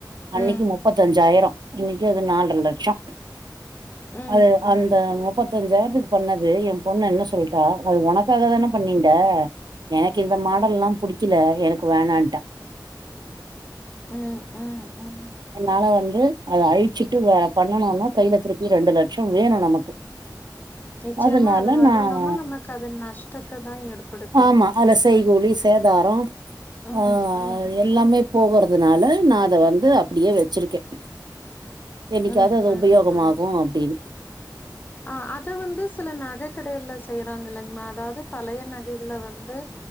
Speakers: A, on the right (about 70°); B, on the left (about 25°).
A: அன்னக்கு
B: ம்
A: முப்பத்தஞ் அஞ்சாயிரம் இன்னக்கு அது நால்ர லட்சொம்
B: ம்
A: அது
B: ம்
A: அந்த
B: ம்
A: முப்பத்தஞ்சாயிர பண்ணது எம் பொண்ணு என்ன சொல்லிட்டா அது ஒனக்காகத் தானே பண்ணின்ட எனக்கு இந்த மாடல்ல்லாம் புடிக்கல எனக்கு வேணான்ட்டா
B: ம் ம் ம்
A: என்னால வந்து அத அழிச்சுட்டு வேற பண்ணனுன்னா கையிலத் திருப்பியு ரெண்டு லட்சொம் வேணும் நமக்கு
B: நிச்சயமா
A: அதுனால
B: அது அது
A: நான்
B: இல்லாம நமக்கு அது நஷ்டத்த தா ஏற்படுத்து
A: ஆமா அதுல செய்கூலி சே சேதாரம்
B: ம்
A: ஆ
B: ம்
A: எல்லாமே போகுறதுனால நான் அத வந்து அப்புடியே வச்சிருக்கேன் என்னிக்காவது
B: ம்
A: அது
B: ம்
A: உபயோகமாகும்
B: ம்
A: அப்டின்னு
B: ஆ அத வந்து சில நகைக் கடைகள்ல செய்யறாங்க இல்லங்கம்மா அதாவது பழைய நகைகளை வந்து